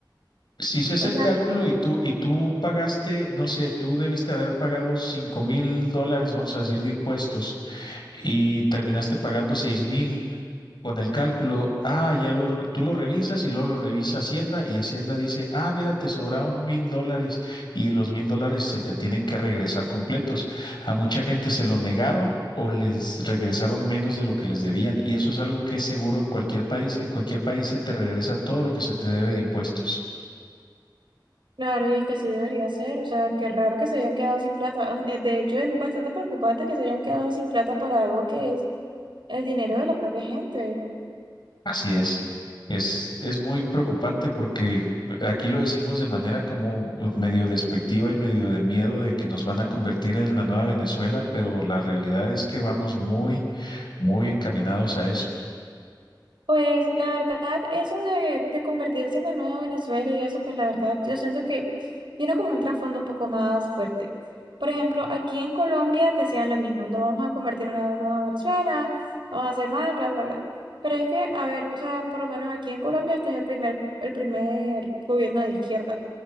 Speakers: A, on the left; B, on the right.
A: Si se hace
B: o
A: el
B: sea,
A: cálculo y tú, y tú pagaste, no sé, tú debiste haber pagado cinco mil dólares, vamos a decir, de impuestos y terminaste pagando seis mil. con el cálculo, ah, ya lo, tú lo revisas y luego lo revisa Hacienda y Hacienda dice, ah, mira, te sobraron mil dólares y los mil dólares se te tienen que regresar completos. A mucha gente se lo negaron o les regresaron menos de lo que les debían y eso es algo que es seguro en cualquier país. En cualquier país se te regresa todo lo que se te debe de impuestos.
B: claro, y es que así debería ser, o sea, qué raro que se hayan quedado sin plata. <laughs> Eh, De hecho, es bastante preocupante que se hayan quedado sin plata para algo que es el dinero de la propia gente.
A: Así es. Es, es muy preocupante porque aquí lo decimos de manera como uh, medio despectiva y medio de miedo de que nos van a convertir en la nueva Venezuela, pero la realidad es que vamos muy, muy encaminados a eso.
B: Pues la verdad, eso de, de convertirse en la nueva Venezuela y eso, pues la verdad, yo siento que tiene como un trasfondo un poco más fuerte. Por ejemplo, aquí en Colombia decían lo mismo, no vamos a convertir en la nueva Venezuela, vamos a hacer mal, bla, bla, bla. Pero es que, a ver, o sea, por lo menos aquí en Colombia este es el primer, el primer gobierno de izquierda.